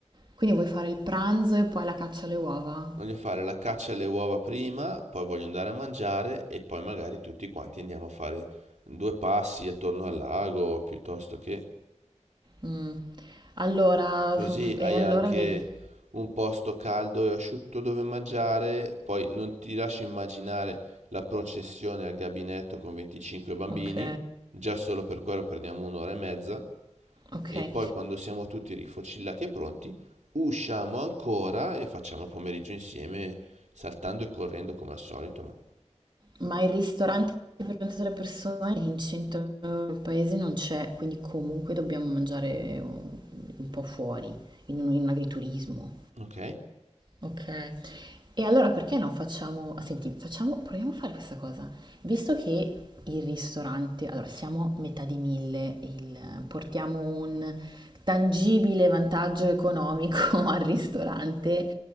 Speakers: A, on the right (about 40°); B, on the right (about 80°).
A: Quindi vuoi fare il pranzo e poi la caccia alle uova?
B: Voglio fare la caccia alle uova prima, poi voglio andare a mangiare e poi magari tutti quanti andiamo a fare due passi attorno al lago piuttosto che...
A: Mm. Allora,
B: Così
A: e
B: hai
A: allora
B: anche
A: vedi.
B: un posto caldo e asciutto dove mangiare, poi non ti lascio immaginare la processione al gabinetto con 25 bambini,
A: Ok,
B: già solo per quello perdiamo un'ora e mezza,
A: ok.
B: e poi quando siamo tutti rifocillati e pronti, usciamo ancora e facciamo il pomeriggio insieme, saltando e correndo come al solito, ma-
A: Ma il ristorante per 23 persone in centro al paese non c'è, quindi comunque dobbiamo mangiare un, un po' fuori, in un, in un agriturismo.
B: ok?
A: Ok. E allora perché non facciamo, senti, facciamo, proviamo a fare questa cosa. Visto che il ristorante, allora siamo a metà di mille, il- portiamo un tangibile vantaggio economico <laughs> al ristorante,